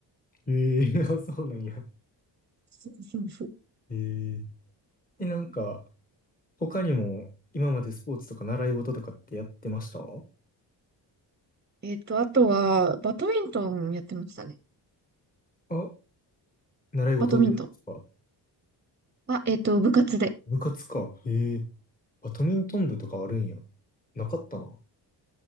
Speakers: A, on the left (about 20°); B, on the right (about 25°).
A: ええ <laughs> そうなんや。
B: <laughs> そうそうそう
A: ええで、なんか、
B: うん
A: 他にも今までスポーツとか習い事とかってやってました
B: えっと、あとは、バドミントンやってましたね。
A: あ、習い事でですか
B: バドミントン。あ、えっと、部活で。
A: 部活か。ええ。バドミントン部とかあるんや。なかったな。